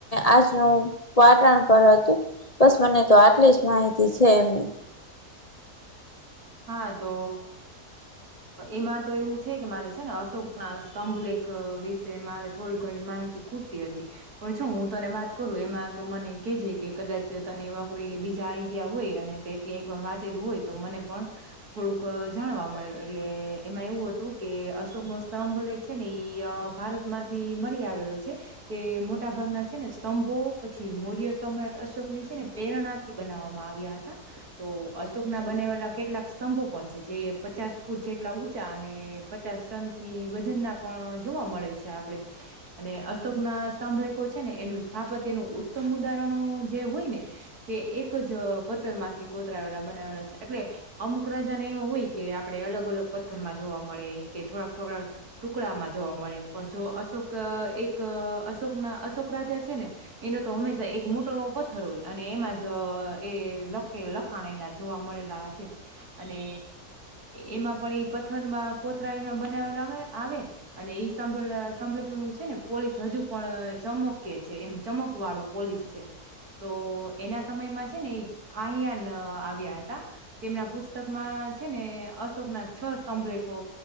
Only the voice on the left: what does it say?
આજનું પાટણ પર હતું બસ મને તો આટલી જ માહિતી છે એમની